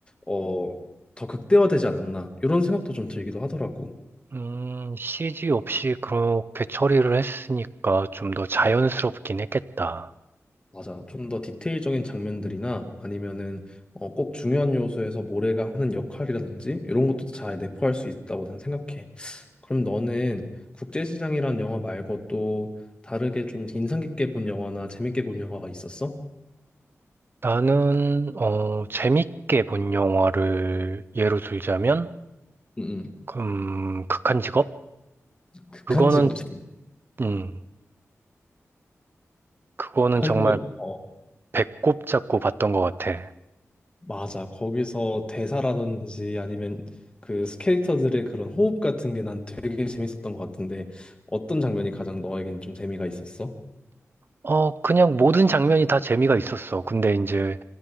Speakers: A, on the left; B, on the right.
A: 어, 더 극대화되지 않았나 이런 생각도 좀 들기도 하더라고.
B: 음, CG 없이 그렇게 처리를 했으니까 좀 더 자연스럽긴 했겠다.
A: 맞아. 좀 더 디테일적인 장면들이나 아니면은 어, 꼭 중요한 요소에서 모래가 하는 역할이라든지 이런 것도 잘 내포할 수 있다고 나는 생각해. 그럼 너는 국제시장이란 영화 말고 또 다르게 좀 인상 깊게 본 영화나 재밌게 본 영화가 있었어?
B: 나는, 어, 재밌게 본 영화를 예로 들자면,
A: 응 응.
B: 음, 극한 직업?
A: 극한
B: 그거는,
A: 직업 재밌지.
B: 음, 그거는
A: 극한
B: 정말
A: 직업 어,
B: 배꼽 잡고 봤던 것 같아.
A: 맞아. 거기서 대사라든지 아니면 그 캐릭터들의 그런 호흡 같은 게 난 되게 재밌었던 것 같은데 어떤 장면이 가장 너에겐 좀 재미가 있었어?
B: 어, 그냥 모든 장면이 다 재미가 있었어. 근데 이제,